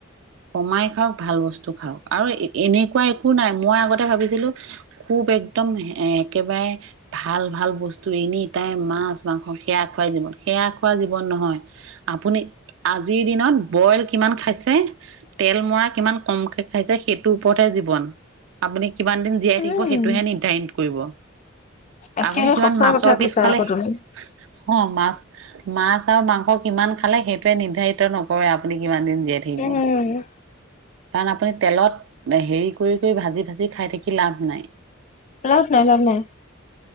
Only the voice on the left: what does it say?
উম।
একেবাৰে
সঁচা
কথা
কৈছা
আকৌ
তুমি।
উম,
লাভ নাই লাভ নাই।